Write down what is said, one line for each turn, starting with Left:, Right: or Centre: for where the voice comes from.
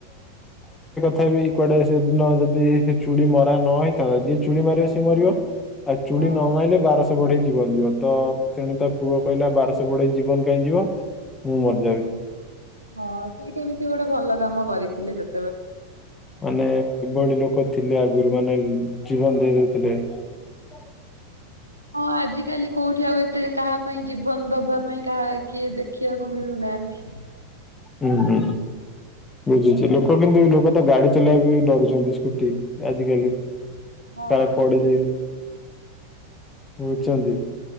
Left: ତଥାପି କୁଆଡେ ସେଦିନ ଯଦି ଚୁଡ଼ି ମରା ନହଇଥା ଯିଏ ଚୁଡ଼ି ମାରିବ ସିଏ ମରିବ। ଆଉ ଚୁଡି
Right: ହଁ
Left: ନ ମାଇଲେ ବାରସହ ଶ ବଢେଇ ଜୀବନ ଯିବ ତ ତେଣୁ ତ ପୁଅ କହିଲା ବାରଶହ ବଢେଇ ଜୀବ କାଇଁ ଯିବ ହୁଁ ମରଇ ଯାଇଚି।
Right: ହଁ ସେଇଟା ବି ସେ ଗୋଟେ ଭଲ କାମ କରିଥିଲେ ସେ
Left: ମାନେ ଏଭଳି ଲୋକ ଥିଲେ ଆଗରୁ ମାନେ ଜୀବନ ଦେଇ ଦଉ ଥିଲେ ।
Right: ହଁ ଆଜିିକାଲି କୋଉଠି ଆଉ ଏତେ କାହା ପାଇଁ ଜୀବନ ଦବା ପାଇଁ କାହା କିଏ ଦେଖିବାକୁ ମିଳୁ ନାହାନ୍ତି।
Left: ହୁଁ। ବୁଝୁଚି ଲୋକ କିନ୍ତୁ ଲୋକ ତ ଗାଡି ଚଲେଇବାକୁ ବି ଡରୁଚନ୍ତି ସ୍କୁଟି ଆଜିକାଲି।
Right: ହଁ
Left: କାଳେ ପଡି ଯିବୁ ବୁଝୁଚନ୍ତି।